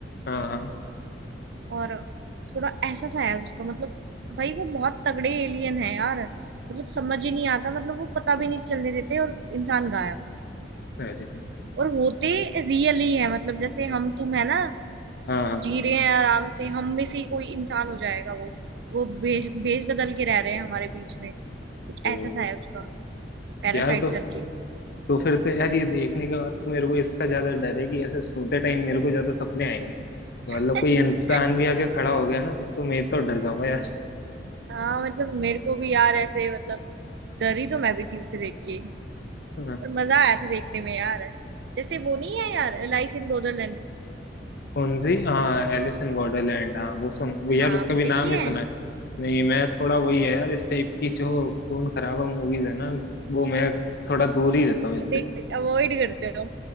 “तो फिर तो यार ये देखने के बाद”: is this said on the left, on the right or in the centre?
Left